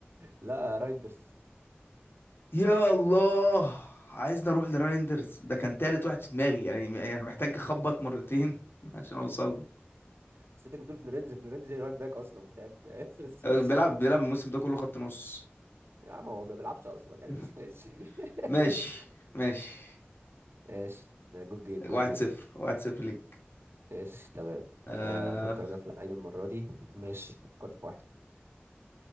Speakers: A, on the right; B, on the left.
A: لا رايندرز
B: يا الله عايزني اروح لرايندرز ده كان تالت واحد في دماغي يعني يعني محتاج اخبط مرتين <laughs> عشان اوصل له.
A: بس انت بتقول فلورنزي فلورنزي رايت باك اصلا فاهم <laughs> بس
B: آه،
A: ماشي
B: بيلعب بيلعب الموسم ده كله خط نص
A: يا عم هو ما بيلعبش اصلا يعني
B: <laughs>
A: بس ماشي <laughs>
B: ماشي ماشي
A: ماشي ده جود جيم
B: واحد
A: جود جيم
B: صفر واحد صفر ليك
A: ماشي تمام
B: آه
A: آه، افكر انا في لعيب المره دي ماشي فكرت في واحد